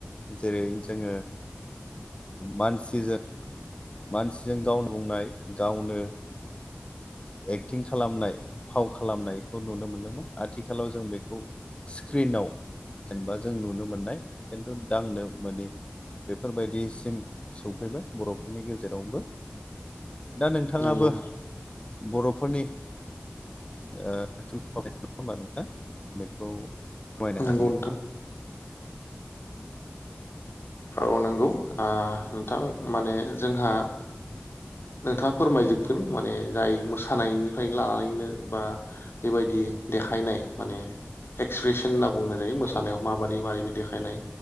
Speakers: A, on the left; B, on the left.
A: जेरै जोङो मानसिजों मानसिजों गावनो बुंनाय गावनो एक्टिं खालामनाय फाव खालामनायखौ नुनो मोन्दोंमोन आथिखालाव जों बेखौ स्क्रिनाव जेनेबा जों नुनो मोननाय खिन्थु दांनो बेफोरबायदिसिम सौफैबाय बर'फोरनि गेजेरावबो दा नोंथाङाबो
B: नंगौ
A: बर'फोरनि <unintelligible> नोंथां बेखौ फोरमायनो हासिगोन
B: नंगौ नोंथां औ नंगौ ओ नोंथां माने जोंहा नोंथाङा फोरमायजोबगोन माने जाय मोसानायनिफ्राय लानानैनो बा बेबायदि देखायनाय माने एक्सप्रेसन होनना बुंनाय जायो मोसानायाव
A: औ
B: माबादै मै मारै बिदि देखायनाय